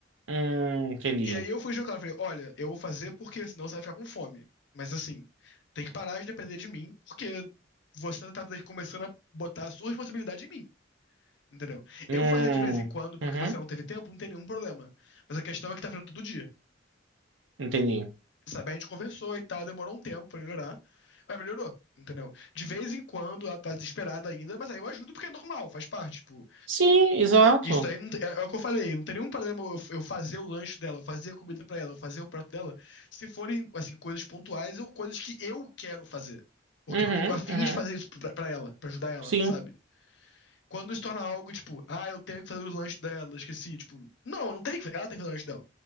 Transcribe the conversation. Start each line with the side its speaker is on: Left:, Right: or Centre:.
Right: Hum, entendi.
Left: E aí eu fui jantar, eu falei, olha, eu vou fazer porque senão você vai ficar com fome. Mas assim, tem que parar de depender de mim, porque você tá tá começando a botar a sua responsabilidade em mim. Entendeu?
Right: Hum,
Left: Eu fazia de vez em quando, porque
Right: uhum,
Left: você não teve tempo, não tem nenhum problema. Mas a questão é que tá virando todo dia.
Right: entendi.
Left: Sabe? A gente conversou e tal, demorou um tempo pra melhorar, mas melhorou, entendeu? De vez em quando ela tá desesperada ainda, mas aí eu ajudo porque é normal, faz parte. Tipo,
Right: Sim, exato.
Left: isso aí não tem- é, é o que eu falei, não tem nenhum problema eu, eu fazer o lanche dela, eu fazer a comida pra ela, eu fazer o prato dela, se forem, assim, coisas pontuais ou coisas que eu quero fazer. Porque
Right: Uhum,
Left: eu tô a fim
Right: uhum,
Left: de fazer isso pra, pra ela, pra ajudar ela,
Right: sim,
Left: sabe? Quando isso torna algo, tipo, ah, eu tenho que fazer o lanche dela, esqueci. Tipo, não, não tem que fazer. Ela tem que fazer o lanche dela.